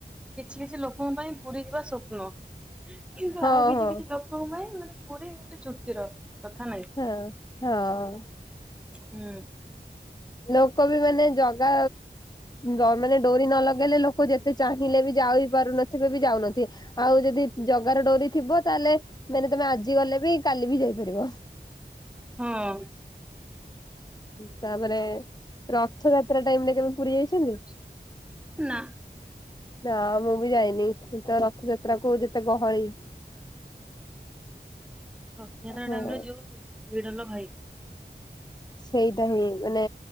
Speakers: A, in the centre; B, on the left.
A: କିଛି କିଛି ଲୋକଙ୍କ ପାଇଁ ପୁରୀ ଯିବା ସ୍ୱପ୍ନ କିନ୍ତୁ
B: ହଁ
A: ଆଉ କିଛି
B: ହଁ
A: କିଛି ଲୋ ଲୋକଙ୍କ ପାଇଁ ମାନେ ପୁରୀ ଗୋଟେ ଚୁଟକିର କଥା ନାହିଁ?
B: ହଁ ହଁ
A: ହୁଁ
B: ଲୋକ ବି ମାନେ ଜଗା ଦ ମାନେ ଡୋରି ନ ଲଗେଇଲେ ଲୋ କ ଯେତେ ଚାହିଁଲେ ବି ଯାଉ ପାରୁନଥିବେ ବି ଯାଉନଥିବେ ଆଉ ଯଦି ଜଗାର ଡୋରି ଥିବ ତାହେଲେ ମାନେ ତମେ ଆଜି ଗଲେ ବି କାଲି ବି ଯାଇପାରିବ।
A: ହଁ।
B: ତାପରେ ରଥଯାତ୍ରା ଟାଇମରେ କେବେ ପୁରୀ ଯାଇଛନ୍ତି?
A: ନା।
B: ନା ମୁଁ ବି ଯାଇନି ତ ରଥଯାତ୍ରାକୁ ଯେତେ ଗହଳି <inaudible>
A: ରଥଯାତ୍ରା
B: ହଁ
A: ଟାଇମରେ ଯୋଉ ଭିଡ ଲୋ ଭାଇ
B: ସେଇଟା ହିଁ ମାନେ